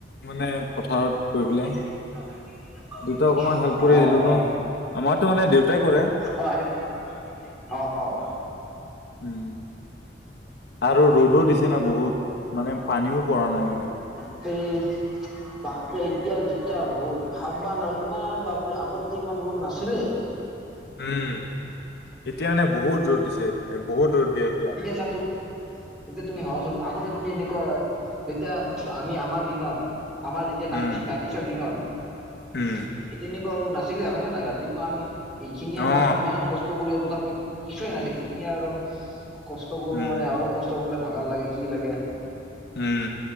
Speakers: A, on the left (about 65°); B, in the centre.
A: মানে পথাৰত। গৈ
B: <unintelligible>
A: পেলাই দেউতা অকমান হেল্প কৰি
B: অ,
A: আহিলো
B: অ,
A: ন আমাৰতো মানে দেউতাই কৰে
B: অ, আজি অ, অ,।
A: উম,। আৰু ৰ'দো দিছে ন বহুত, মানে পানীও পৰা নাই মানে।
B: এই বাপৰে এতিয়া যেতিয়া ৰ'দ ভাব্বা নোৱাৰোঁ, ইমান বাপ আগতে যে ইমান ৰ'দ নাছিলে।
A: উম, এতিয়া মানে বহুত ৰ'দ দিছে, বহুত ৰ'দ দিয়ে এতিয়া।
B: ছা তো এতিয়া তুমি ভাবাচোন, আগতে তুমি এনেকুৱা যেতিয়া আমি আমাৰ দিনত আমাৰ যেতিয়া
A: উম
B: নাইনটি নাইটি চৰ দিনত।
A: উম
B: এই তেনেকুৱা ৰ'দ নাছিলে হয় নে নাই, ৰাতিপুৱা আমি এইখিনি সময়ত
A: অ
B: ইমান কষ্ট কষ্ট কৰিও তথাপিও কিছুৱে নাছিল, এতিয়া আৰু কষ্ট কৰো
A: উম
B: মানে অলপ কচ কষ্ট কৰিলে ভাগাৰ লাগে কি লাগে।
A: উম,